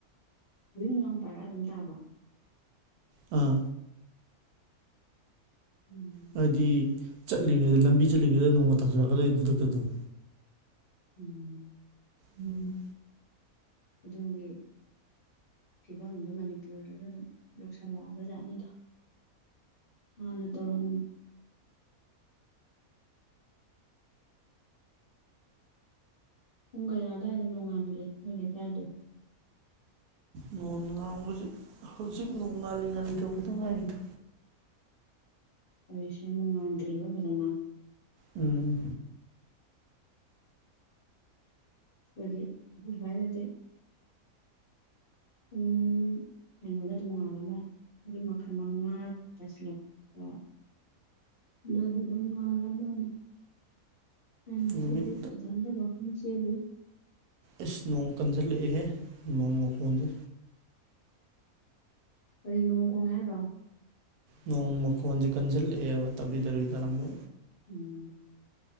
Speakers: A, on the left (about 50°); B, on the right (about 85°).
A: ꯋꯤꯡ ꯂꯥꯎ ꯄꯥꯏꯔ ꯑꯗꯨꯝ ꯇꯥꯕ
B: ꯑ
A: ꯎꯝ
B: ꯍꯥꯏꯕꯗꯤ ꯆꯠꯂꯤꯉꯩꯗ ꯂꯝꯕꯤ ꯆꯠꯂꯤꯉꯩꯗ ꯅꯣꯡꯒ ꯇꯥꯁꯤꯜꯂꯛꯀꯗꯣꯏꯅꯤ ꯈꯨꯗꯛꯇ ꯑꯗꯨꯝ
A: ꯎꯝ
B: ꯎꯝ
A: ꯑꯗꯨꯦ ꯐꯤꯕꯝꯗ ꯃꯅꯤꯄꯨꯔꯗꯁꯨ ꯑꯗꯨꯝ ꯌꯧꯁꯜꯂꯛꯑꯕꯖꯥꯠꯅꯤꯗ ꯃꯥꯅ ꯇꯧꯔ ꯄꯨꯡ ꯀꯌꯥ ꯑꯋꯥꯏꯗ ꯅꯣꯡꯉꯥꯟꯒꯦ ꯅꯣꯏ ꯂꯩꯀꯥꯏꯗꯨꯣ
B: ꯅꯣꯡ ꯉꯥꯡꯕꯁꯤ ꯍꯧꯖꯤꯛ ꯅꯣꯡ ꯉꯥꯜꯂꯤ ꯉꯥꯜꯂꯤ ꯇꯧꯕꯗ ꯉꯥꯏꯔꯤꯗꯣ
A: ꯍꯧꯖꯤꯛꯁꯦ ꯅꯨꯡꯉꯥꯟꯗ꯭ꯔꯤꯕ ꯐꯖꯅ
B: ꯎꯝ
A: ꯍꯗꯤ ꯍꯥꯏꯅꯠꯇꯦ ꯎꯝ ꯀꯩꯅꯣꯅ ꯑꯗꯨꯝꯉꯥꯜꯂꯝꯃꯅꯤ ꯃꯔꯤ ꯃꯈꯜ ꯃꯉꯥ ꯇꯥꯁꯤꯜꯂꯛꯄ ꯗ ꯑꯗꯨꯗ ꯃꯉꯥꯟꯂ ꯃꯥꯅꯦ ꯇ ꯃꯁꯤꯗꯤ
B: ꯅꯨꯃꯤꯠ
A: ꯏꯗ ꯋꯥꯀꯤꯡ ꯆꯦꯔ
B: ꯏꯁꯁ ꯅꯣꯡ ꯀꯟꯓꯜꯂꯛꯏꯍꯦ ꯅꯣꯡ ꯃꯈꯣꯟꯁꯦ
A: ꯀꯔꯤ ꯅꯣꯡꯈꯣꯡ ꯉ ꯇ
B: ꯅꯣꯡꯃ ꯈꯨꯋꯥꯖ ꯀꯟꯖꯜ ꯇꯞ ꯇꯔꯤꯕꯤ ꯇꯔꯝꯝꯕ
A: ꯎꯝ